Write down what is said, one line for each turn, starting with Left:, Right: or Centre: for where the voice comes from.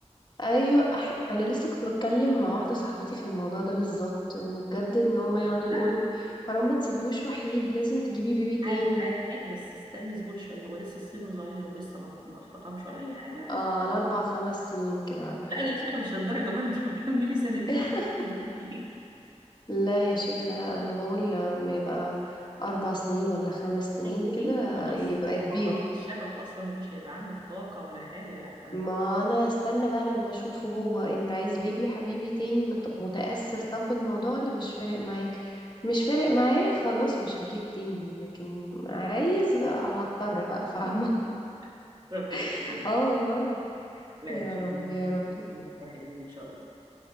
Left: ايوه أح... انا لسه كنت بتكلم مع واحده صاحبتي في الموضوع ده بالظبط انه بجد
Right: أنا
Left: ان هم يقعدوا
Right: بقى
Left: يقولوا حرام ما تسيبيهوش وحيد لازم تجيبي بيبي تاني
Right: عادي عادي عادي بس استني اصبري شويه هو لسه سنه صغير ولسه ما ما اتفطمش ولا اي حاجه لا
Left: آه
Right: اصبري
Left: على اربع خمس سنين كده ولا حاجه
Right: لا يا شيخه مش للدرجه برضه <laughs> كملي سنتين
Left: <laughs>
Right: كتير
Left: لا يا شيخه لا انا بقول لما يبقى اربع سنين ولا خمس
Right: <laughs>
Left: سنين
Right: هيكون
Left: كده
Right: انت خلاص
Left: يبقى كبير
Right: فقدتي الشغف اصلا ومش هيبقى عندك طاقه ولا حاجه لا
Left: ما انا استنى بقى لما اشوفه هو انت عايز بيبي يا حبيبي تاني مت- متأثر طب بالموضوع ولا مش فارق معاك مش فارق معايا خلاص مش هجيب تاني لكن عايز هضطر بقى فاهمة
Right: <laughs> ربنا يخليك
Left: <laughs> اه والله
Right: لا
Left: يا
Right: ان شاء
Left: رب
Right: الله دي
Left: يا رب
Right: وتفرحي بيهم ان شاء الله